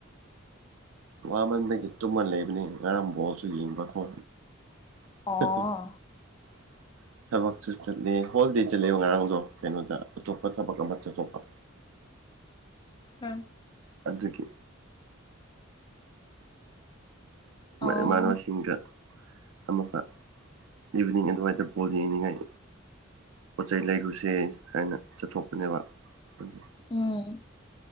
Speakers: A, on the right; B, on the left.
A: ꯋꯥꯃꯟꯕꯒꯤ ꯇꯨꯝꯃ ꯂꯩꯕꯅꯦ ꯉꯔꯥꯡ ꯕꯣꯜꯁꯨ ꯌꯦꯡꯕꯀꯣ <unintelligible>
B: ꯑꯣ
A: ꯊꯕꯛꯁꯨ ꯆꯠꯂꯦ ꯍꯣꯜꯗꯦ ꯆꯠꯂꯦꯕ ꯉꯔꯥꯡꯗꯣ ꯀꯩꯅꯣꯗ ꯑꯇꯣꯞꯄ ꯊꯕꯛ ꯑꯃ ꯆꯠꯊꯣꯛꯄ
B: ꯍꯝ
A: ꯑꯗꯨꯒꯤ
B: ꯑꯣ
A: ꯏꯃꯥꯟꯅꯕꯁꯤꯡꯒ ꯑꯃꯨꯛꯀ ꯏꯚꯅꯤꯡ ꯑꯗꯨꯋꯥꯏꯗ ꯕꯣꯜ ꯌꯦꯡꯅꯤꯡꯉꯥꯏ ꯄꯣꯠ ꯆꯩ ꯂꯩꯔꯨꯁꯦ ꯍꯥꯏꯅ ꯆꯠꯊꯣꯛꯄꯅꯦꯕ ꯑꯗꯨ
B: ꯎꯝ